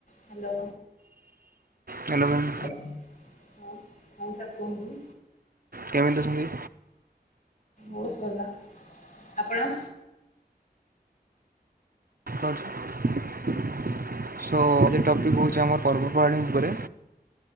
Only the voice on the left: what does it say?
Hello.
ହଁ ହଁ sir କୁହନ୍ତୁ।
ବହୁତ ଭଲ ଆପଣ।
ଆଚ୍ଛା